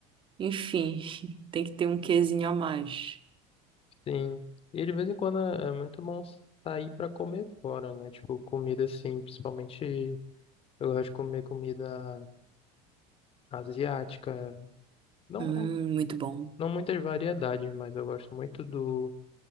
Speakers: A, on the right; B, on the left.
A: Enfim, <laughs> tem que ter um quezinho a mais.
B: sim. E de vez em quando é é muito bom sair pra comer fora, né? Tipo, comida assim, principalmente eu gosto de comer comida asiática. Não,
A: Hum, muito bom.
B: não muitas variedades, mas eu gosto muito do